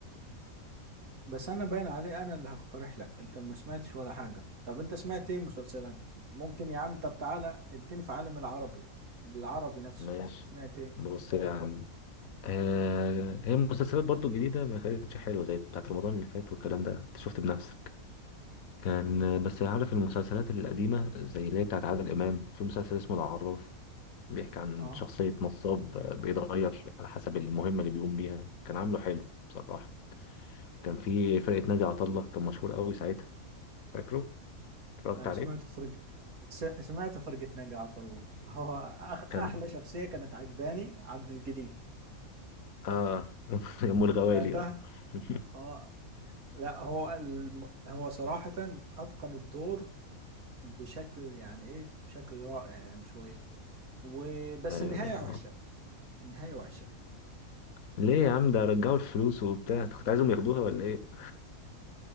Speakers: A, on the right; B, on the left.
A: بس انا باين عليه انا اللي هقترح لك انت ما سمعتش ولا حاجة طب انت سمعت ايه مسلسلات ممكن يا عم طب تعالى اديني في عالم العربي العربي نفسه
B: ماشي
A: سمعت ايه
B: بص يا عم آه هي المسلسلات برضو الجديدة ما كانتش حلوة زي بتاعت رمضان اللي فات والكلام ده انت شفت بنفسك كان آه، بس عارف المسلسلات القديمة زي اللي هي بتاعت عادل إمام في مسلسل اسمه العراف بيحكي عن
A: اه
B: شخصية نصاب آه، بيتغير على حسب المهمة اللي بيقوم بيها كان عامله حلو بصراحة كان في فرقة ناجي عطا الله كان مشهور قوي ساعتها فاكره اتفرجت
A: انا
B: عليه
A: سمعت فرق س... سمعت فرقة نقعات والله هو أخ...
B: كان
A: احلى شخصية كانت عجباني عبد الجليل
B: اه <laughs> ام الغوالي
A: سمعتها
B: اه <laughs>
A: اه لا هو الم... هو صراحة اتقن الدور بشكل يعني ايه بشكل رائع يعني شوية وبس
B: ايوه
A: النهاية
B: بالظبط
A: وحشة النهاية وحشة
B: ليه يا عم ده رجعوا الفلوس وبتاع انت كنت عايزهم ياخدوها ولا ايه